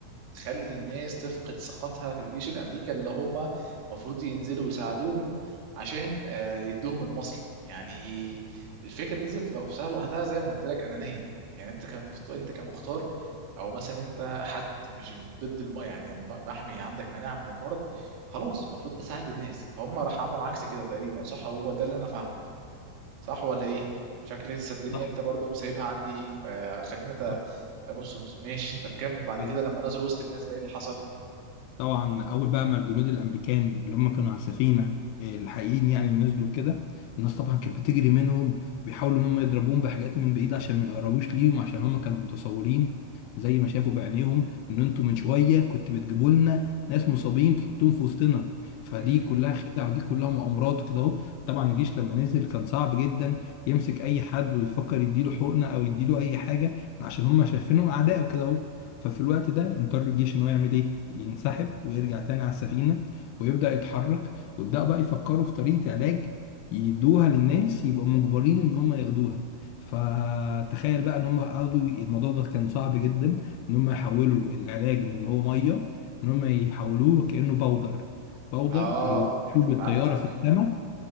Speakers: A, on the right; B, on the left.
A: تخلي الناس تفقد ثقتها في الجيش الامريكي اللي هم المفروض ينزلوا يساعدوهم عشان آه، يدوهم المصل يعني الفكرة دي ذات لو- نفسها لوحدها زي ما قلت لك انانية يعني انت كان انت كمختار او مثلا انت حد مش ضد الم... يعني م- محمي عندك مناعه من المرض خلاص المفروض تساعد الناس فهم راح عملوا عكس كده تقريبا صح هو ده اللي انا فاهمه صح ولا ايه شكل لسه الدنيا
B: صح
A: انت برضو سايبها عندي ايه آه خلينا ت...
B: صح،
A: نص نص ماشي طب كمل بعد
B: أيوة.
A: كده لما نزلوا وسط الناس بقى ايه اللي حصل
B: طبعا اول بقى ما الجنود الامريكان اللي هم كانوا على السفينه الحقيقيين يعني نزلوا كده الناس طبعا كانت بتجري منهم بيحاولوا ان هم يضربوهم بحاجات من بعيد عشان ما يقربوش ليهم عشان هم كانوا متصورين زي ما شافوا بعينيهم ان انتوا من شويه كنت بتجيبوا لنا ناس مصابين تحطوهم في وسطنا فدي
A: امم
B: كلها خدع ودي كلها مؤامرات كده اهو طبعا الجيش لما نزل كان صعب جدا يمسك اي حد ويفكر يديله حقنه او يديله اي حاجه عشان هم شايفينهم اعداء وكده اهو ففي الوقت ده اضطر الجيش ان هو يعمل ايه ينسحب ويرجع تاني على السفينه ويبدا يتحرك ويبداوا بقى يفكروا في طريقه علاج يدوها للناس يبقوا مجبرين ان هم ياخدوها فتخيل بقى ان هم قعدوا ي- الموضوع ده كان صعب جدا ان هم يحولوا العلاج من إن هو ميه ان هم يحولوه كانه باودر باودر
A: اه
B: يشوف الطياره
A: فهمتك
B: في السماء